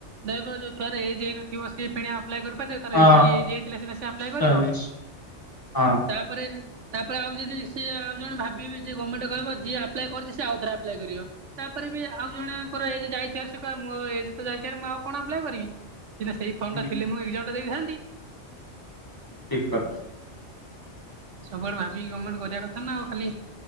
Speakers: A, on the right; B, on the left.
A: ଦୟ କରି ଯୋଉ ଛୁଆରେ ଏଜ୍ ହେଇନଥିବ ସିଏ ଫିଣି ପ୍ଲାଏ କରିପାରିବ ତାର
B: ହଁ
A: ଏତିକି ଏଜ୍ ହେଇଥିଲା ସିନା ସେ ଆପ୍ଲାଏ କରିବ।
B: ନିଶ୍ଚୟ ନିଶ୍ଚୟ ହଁ
A: ତାପରେ ତାପରେ ଆଉ ଯଦି ସିଏ ଆଉ ଜଣେ ଭାବିବେ ଯେ ଗର୍ମେଣ୍ଟ କହିବ ଯିଏ ଆପ୍ଲାଏ କରିଛିି ସିଏ ଆଉଥରେ ଆପ୍ଲାଏ କରିବ। ତାପରେ ବି ଆଉ ଜଣେଙ୍କର ଏଜ୍ ଯାଇଥିବାର ସେ କହିବ ମୋ ଏଜ୍ ତ ଯାଇଥିବ ରି ମୁଁ ଆଉ କଣ ଆପ୍ଲାଏ କରିବି? ସିନା ସେଇ ଫର୍ମ
B: ହୁଁ
A: ଟା ଥିଲେ ମୁଁ ଏଗ୍ଜାମ୍ ଟା ଦେଇଥାନ୍ତି।
B: ଠିକ
A: ସବୁଆଡେ ଭାବିକି ଗମେଣ୍ଟ କରିବା କଥା ନା ଆଉ ଖାଲି